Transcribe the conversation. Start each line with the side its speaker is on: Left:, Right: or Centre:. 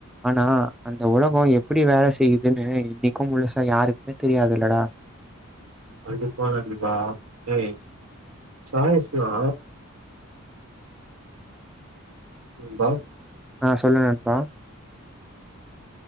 Centre: ஆனா அந்த உலகோ எப்படி வேல செய்யுதுனு இன்னிக்கும் முழுசா யாருக்குமே தெரியாது இல்லடா
Right: கண்டிப்பா கண்டிப்பா ஹே சாயஸ்னா நண்பா
Centre: ஆ சொல்லு நண்பா